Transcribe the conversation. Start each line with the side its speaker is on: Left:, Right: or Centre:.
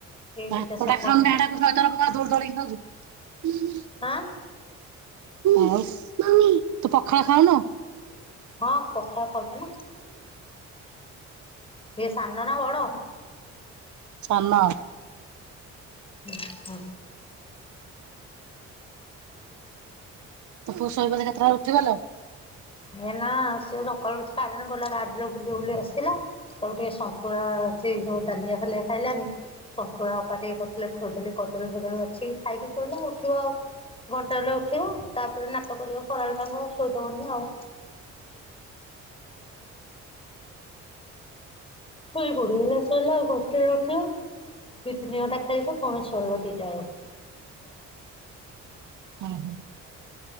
Left: ଏଇ
Right: ଭାତଟା
Left: ଦିଟା ସଫା
Right: ଖାଉନୁ ହେଡେ ତୁ ଶହେ ଥର କଣ ପାଇଁ <unintelligible> ଧୌଡି ଧୌଡି କି ଖାଉଚୁ।
Left: ଆଁ।
Right: ଆଉସ୍ ତୁ ପଖାଳ ଖାଉନୁ?
Left: ହଁ ପଖାଳ ଖାଉଚି ନା। ଇଏ ସାନ ନା ବଡ?
Right: ସାନ।
Left: ହୁଁ ହଁ।
Right: ତୋ ପୁଅ ସୋଇବଜେ କେତିଟାବେଳେ ଉଠିବ ଲୋ।
Left: ଏ ନା ସେ ସକାଳୁ କିଛି ଖାଇଲାନି। ଗଲା ଗାଡିରେ ବୁଲି ବୁଲି ଆସିଲା। ତାକୁ ଟିକେ ସନ୍ତୁଳା ଅଛି ଯୋଉ ଡାଲିଆ ଫାଲିଆ ଖାଇଲାନି। ସନ୍ତୁଳା ଅପା ଟିକେ କରିଦଲେ ଖୋଇଦେଲେ କଦଳୀ ଫଦଳୀ ବାଛିକି ଖାଇକି ଶୋଇଲା ଉଠିବ ଆଉ। ଘଣ୍ଟେ ହେଲେ ଉଠିବ ତାପରେ ନାଟ କରିବ ଖରାବେଳଟାଙ୍କ ଶୋଇଦବନି ଆଉ। ଶୋଇ ପଡେ ଏଇନା ଶୋଇଲା ଘଣ୍ଟେ ହେଲେ ଉଠିବ। ଦି ତିନି ଘଣ୍ଟା ଖେଳିବ, ଫୁଣି ଶୋଇବ ଦିଇଟା ବେଳକୁ।।
Right: ନମସ୍କାର।